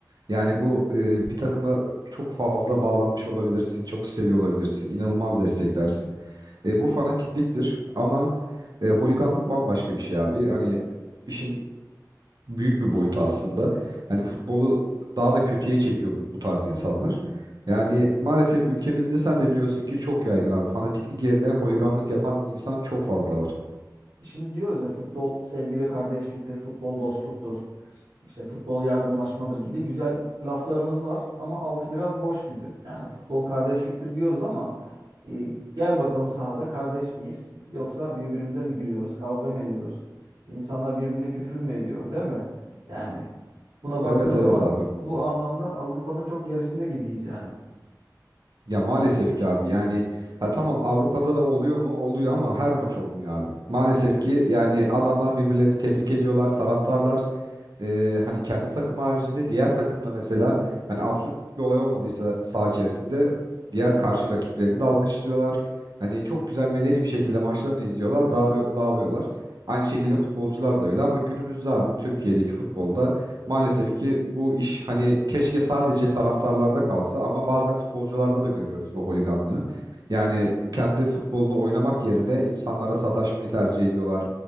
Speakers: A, on the right; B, on the right.
A: Yani bu e, bir takıma çok fazla bağlanmış olabilirsin, çok seviyor olabilirsin, inanılmaz desteklersin. E, bu fanatikliktir ama e, holiganlık bambaşka bir şey abi. Hani işin büyük bir boyut aslında. Hani futbolu daha da kötüye çekiyor bu, bu tarz
B: Evet
A: insanlar.
B: evet.
A: Yani maalesef ülkemizde sen de biliyorsun ki çok yaygın abi. Fanatiklik yerine holiganlık yapan insan çok fazla var.
B: Şimdi diyoruz ya futbol sevgi ve kardeşliktir, futbol dostluktur. İşte futbol yardımlaşmadır gibi güzel laflarımız var ama altı biraz boş gibi. Yani futbol kardeşliktir diyoruz ama e, gel bakalım sahada kardeş miyiz yoksa birbirimize mi giriyoruz, kavga mı ediyoruz? İnsanlar birbirine küfür mü ediyor, değil mi? Yani buna baktığın
A: Evet evet
B: zaman
A: abi.
B: bu anlamda Avrupa'nın çok gerisinde gibiyiz yani.
A: Ya maalesef ki abi yani ha tamam Avrupa'da da oluyor mu? Oluyor ama her maç olmuyor abi. Maalesef ki yani adamlar birbirlerini tebrik ediyorlar, taraftarlar e, hani kendi takım haricinde diğer takımda mesela hani absürt bir olay olmadıysa saha içerisinde diğer karşı rakiplerini de alkışlıyorlar. Hani çok güzel medeni bir şekilde maçlarını izliyorlar, dağılıyor- dağılıyorlar. Aynı şekilde futbolcular da öyle ama günümüzde abi Türkiye'deki futbolda Maalesef ki bu iş hani keşke sadece taraftarlarda kalsa ama bazen futbolcularda da görüyoruz bu holiganlığı. Yani kendi futbolunu oynamak yerine insanlara sataşmayı tercih ediyorlar.